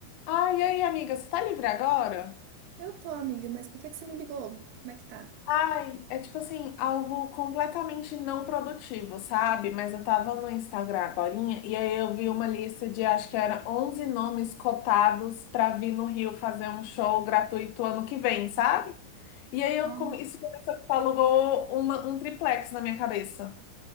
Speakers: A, on the left; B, on the right.
A: Ai, e aí, amiga, você tá livre agora?
B: Eu tô, amiga, mas por que que você me ligou? Como é que tá?
A: Ai, É tipo assim, algo completamente não produtivo, sabe? Mas eu tava no Instagram agorinha e aí eu vi uma lista de acho que era 11 nomes cotados pra vir no Rio fazer um show gratuito ano que vem, sabe? E aí eu,
B: Ó,
A: come- isso começou que alugou uma, um triplex na minha cabeça.